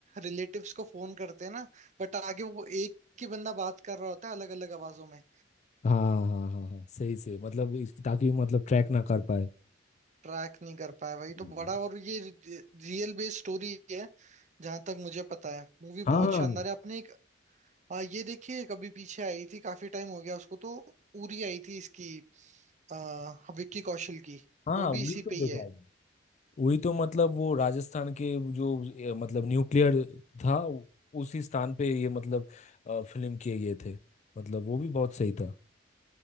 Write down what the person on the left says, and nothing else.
हाँ हाँ हाँ हाँ सही से मतलब इस- ताकि मतलब ट्रैक ना कर पाए
हम्म।
हाँ
हाँ
हाँ
उड़ी
तो
देखा
है उड़ी तो मतलब वो राजस्थान के जो ए, मतलब न्यूक्लियर था उ- उसी स्थान पे ये मतलब फिल्म किए गए थे मतलब वो भी बहुत सही था